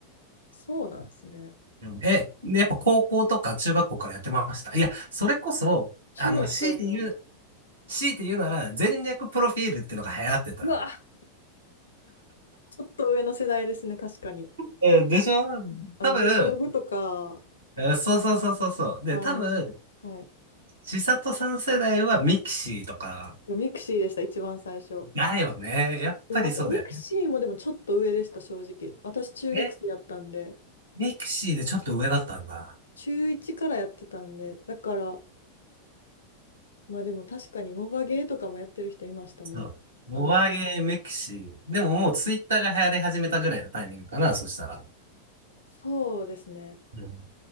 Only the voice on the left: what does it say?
そうなんですね。
中学からやってました。
うわ、ちょっと上の世代ですね、確かに。
あの、
デコログとか、
あの、
はい。
ミクシーでした、一番最初。
でも、わたミクシーもでもちょっと上でした、正直。私、中学生やったんで、
中1からやってたんで、だから、まあでも確かに、モバゲーとかもやってる人いましたね。
アメピとか。
そうですね。